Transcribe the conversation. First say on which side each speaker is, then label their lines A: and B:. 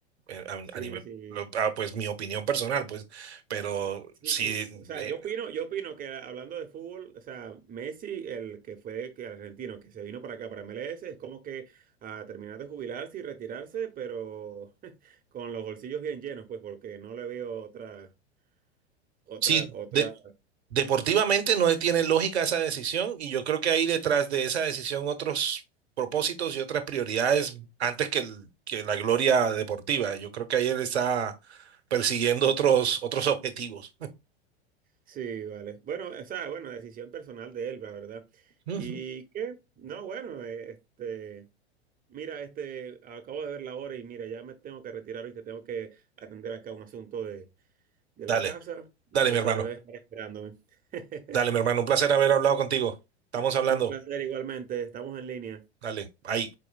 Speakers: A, on the right; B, on the right.
A: eh, a,
B: Sí,
A: a nivel,
B: sí.
A: lo- ah, pues mi opinión personal, pues, pero
B: Sí,
A: sí,
B: o sea,
A: eh,
B: yo opino, yo opino que hablando de fútbol, o sea, Messi, el que fue que el argentino, que se vino para acá, para MLS, es como que a terminar de jubilarse y retirarse, pero <laughs> con los bolsillos bien llenos, pues, porque no le veo otra, otra,
A: Sí,
B: otra.
A: de- deportivamente no tiene lógica esa decisión y yo creo que hay detrás de esa decisión otros propósitos y otras prioridades antes que, el- que la gloria deportiva. Yo creo que ahí él está persiguiendo otros, otros objetivos.
B: Sí, vale. Bueno, o sea, bueno, decisión personal de él, la verdad.
A: Ujú.
B: ¿Y qué? No, bueno, eh, este, mira, este, acabo de ver la hora y mira, ya me tengo que retirar, ¿viste? Tengo que atender acá un asunto de de
A: Dale,
B: la casa. Mi
A: dale,
B: esposa
A: mi hermano.
B: debe estar esperándome. <laughs>
A: Dale, mi hermano. Un placer haber hablado contigo. Estamos hablando.
B: Un placer igualmente. Estamos en línea.
A: Dale, ahí.